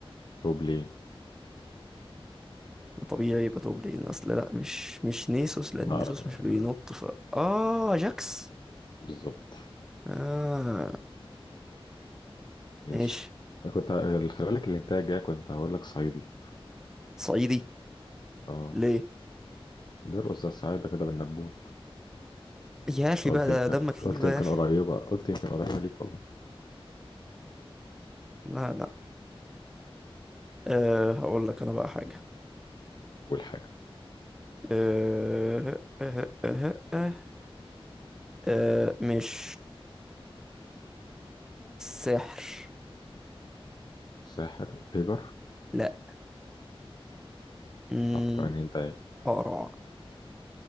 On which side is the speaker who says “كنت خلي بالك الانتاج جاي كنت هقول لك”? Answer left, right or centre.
Left